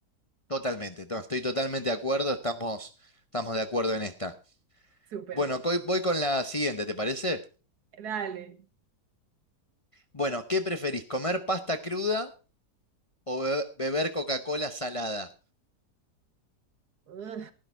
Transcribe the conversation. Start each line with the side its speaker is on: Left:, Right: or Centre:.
Left: Totalmente, to- estoy totalmente de acuerdo, estamos, estamos de acuerdo en esta.
Right: Súper,
Left: Bueno, coi- voy con la siguiente, ¿te parece?
Right: dale.
Left: Bueno, ¿qué preferís, comer pasta cruda o be- beber Coca-Cola salada?
Right: Ugh.